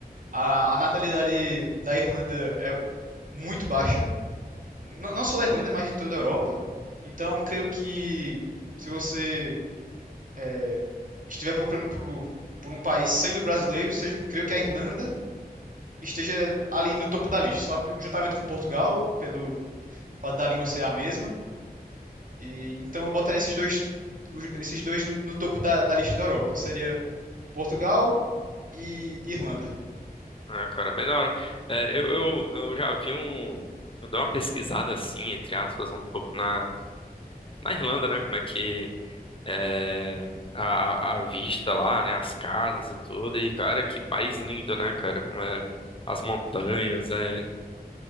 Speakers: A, on the right; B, on the left.
A: A, a natalidade da Irlanda é muito baixa. N- não só da Irlanda, mas de toda a Europa. Então, creio que se você é, estiver procurando por, por um país sendo brasileiro, seja, creio que a Irlanda esteja ali no topo da lista, sabe? Juntamente com Portugal, pelo fato da língua ser a mesma. E, então eu botaria esses dois, os- esses dois no, no topo da, da lista da Europa. Seria Portugal e Irlanda.
B: Ah, cara, bem da hora. É, eu, eu, eu já vi um. Eu dei uma pesquisada assim, entre aspas, um pouco na, na Irlanda, né? Como é que é a, a a vista lá, né? As casas e tudo. E, cara, que país lindo, né, cara? Como é as montanhas, é,